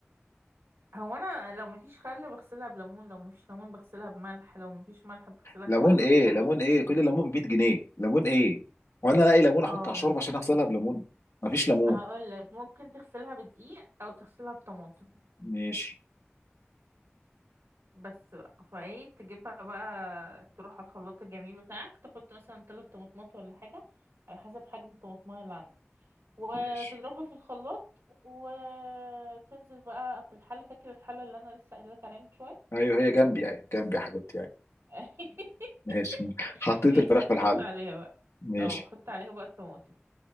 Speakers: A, on the right; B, on the left.
A: هو انا لو مفيش خل بغسلها بليمون لو مفيش ليمون بغسلها بملح لو مفيش ملح بغسلها
B: ليمون
A: كويس
B: ايه
A: وخلاص
B: ليمون ايه كل ليمون ب 100 جنيه ليمون ايه وانا الاقي ليمون احط
A: اه
B: على
A: الليمون
B: شوربه عشان اغسلها بليمون مفيش ليمون
A: هقول لك ممكن تغسلها بدقيق او تغسلها بطماطم
B: ماشي
A: بس بقى فايه تجيبها بقى تروح على الخلاط الجميل بتاعك تحط مثلا تلات طماطمات ولا حاجه على حسب حجم الطماطمايه اللي عندك وتضربها
B: ماشي
A: في الخلاط وتنزل بقى في الحلة فاكر الحلة اللي انا لسه قايله لك عليها من شويه
B: ايوه هي جنبي ايوه جنبي يا حبيبتي يعني
A: <laughs>
B: ماشي حطيت
A: ماشي
B: الفراخ في
A: حط
B: الحله
A: عليها بقى
B: ماشي
A: اه حط عليها بقى الطماطم